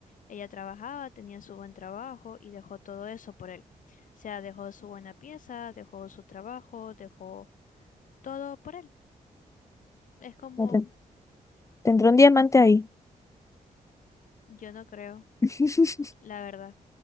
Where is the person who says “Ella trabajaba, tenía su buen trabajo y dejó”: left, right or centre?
Left